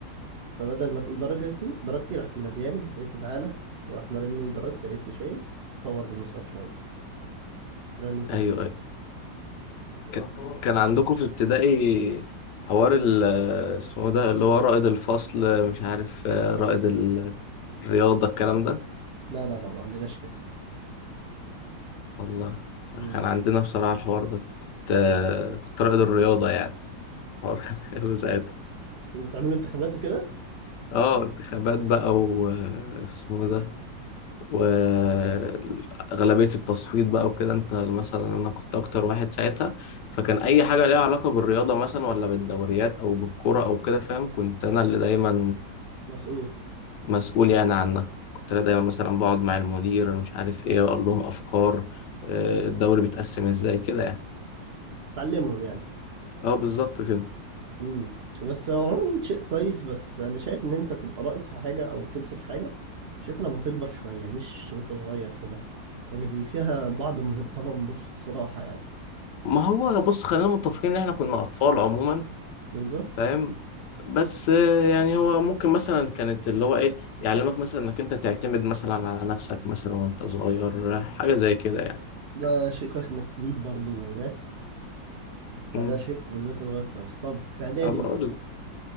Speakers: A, on the right; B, on the left.
A: فبدل ما تقول درجتي درجتي راحت منادياني قالت لي تعالى وراحت مرني درجتي قالت لي شايف طور من مستواك شويه ده اللي انت
B: ايوه
A: عايزه
B: ايوه ك- كان عندكم في ابتدائي حوار ال- اسمه ده اللي هو رائد الفصل مش عارف آه،
A: لا
B: رائد ال- الرياضه الكلام ده
A: لا لا لا ما عندناش كده
B: والله
A: امم
B: كان عندنا بصراحه الحوار ده كنت آه، كنت رائد الرياضه يعني الحوار كان حلو ساعتها
A: وتعملوا انتخابات وكده
B: اه انتخابات بقى واسمه ده وأغلبية التصويت بقى وكده أنت مثلا أنا كنت أكتر واحد ساعتها فكان أي حاجة ليها علاقة بالرياضة مثلا ولا بالدوريات أو بالكرة أو كده فاهم كنت أنا اللي دايما
A: مسؤول
B: مسؤول يعني عنها كنت أنا دايما مثلا بقعد مع المدير مش عارف إيه وأقول لهم أفكار آه، الدوري بيتقسم إزاي كده يعني
A: تعلمهم يعني
B: أه بالظبط كده
A: امم بس هو عموما شيء كويس بس انا شايف ان انت تبقى رائد في حاجه او تمسك حاجه شايفها لما تكبر شويه مش وانت صغير كده لان يعني بيبقى فيها بعض من التنمر الصراحه يعني
B: ما هو بص خلينا متفقين إن إحنا كنا أطفال عموما
A: بالظبط
B: فاهم بس آه، يعني هو ممكن مثلا كانت اللي هو ايه يعلمك مثلا انك انت تعتمد مثلا على نفسك مثلا وانت صغير حاجة زي كده يعني
A: ده شيء كويس انك تليد برضو ناس فده
B: امم
A: شيء من وانت صغير كويس طب في اعدادي
B: ما بقول
A: بقى